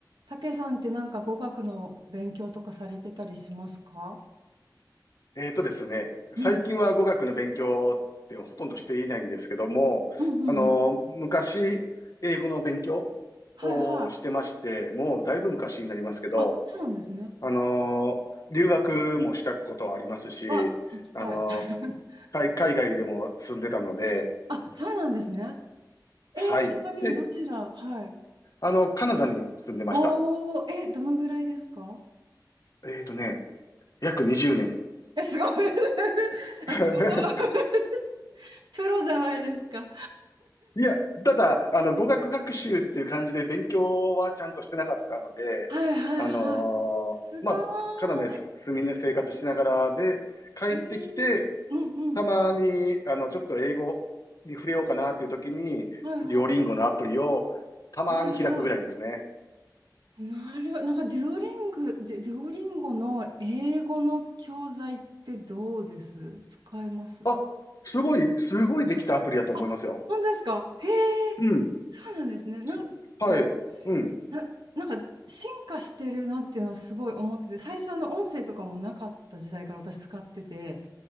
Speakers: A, on the right; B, on the left.
A: たけさんってなんか語学の勉強とかされてたりしますか
B: えーとですね、
A: うん、
B: 最近は語学の勉強ってほとんどしていないんですけども、
A: うん、うん、
B: あの、
A: うん。
B: 昔、英語の勉強
A: はいはい。
B: をしてまして、もうだいぶ昔になりますけど、
A: あ、そうなんですね。
B: あの、留学もしたことはありますし、
A: あ、聞きたい。
B: あの、
A: <laughs>
B: 海、海外でも住んでたので、
A: あ、そうなんですね。
B: はい。
A: えーちなみにどちらはい。
B: で、あの、カナダに住んでました。
A: おー、え、どのぐらいですか
B: えーとね、約20年。
A: え、すごい <laughs> あ、
B: <laughs>
A: すごい <laughs> プロじゃないですか。
B: いや、ただ、あの、語学学習っていう感じで勉強はちゃんとしてなかったので、
A: はいはいはい。
B: あのーまあ、
A: すごー
B: カナダにす住みね、生活しながらで、帰ってきて、
A: い。へえ。うんうん。
B: たまに、あの、ちょっと英語に触れようかなっていう時に、
A: はいはい。
B: デュオリンゴのアプリをたまに開くぐらいですね。
A: はいはい。なるほど、なんかデュオリング、デ、デュオリンゴの英語の教材ってどうです使えます
B: あ、すごい、すごいできたアプリだと思いますよ。
A: あ、本当ですかへえ、
B: うん。
A: そうなんですね。なんか、
B: すはい。うん。
A: な、なんか進化してるなっていうのはすごい思ってて、最初あの音声とかもなかった時代から私使ってて、